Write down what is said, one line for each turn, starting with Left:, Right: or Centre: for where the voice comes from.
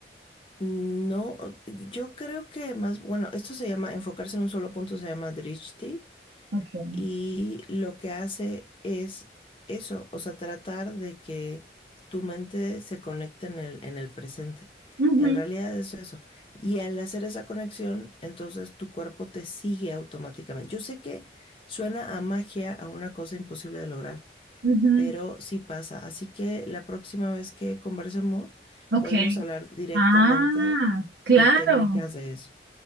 Left: No, yo creo que más, bueno, esto se llama, enfocarse en un solo punto se llama drishti
Right: Ok.
Left: y lo que hace es eso, o sea, tratar de que tu mente se conecte en el, en el presente.
Right: Ujú,
Left: En realidad es eso. Y al hacer esa conexión, entonces tu cuerpo te sigue automáticamente. Yo sé que suena a magia, a una cosa imposible de lograr,
Right: ujú.
Left: pero sí pasa. Así que la próxima vez que conversemos,
Right: Ok.
Left: podemos hablar directamente
Right: Ah, claro.
Left: de técnicas de eso.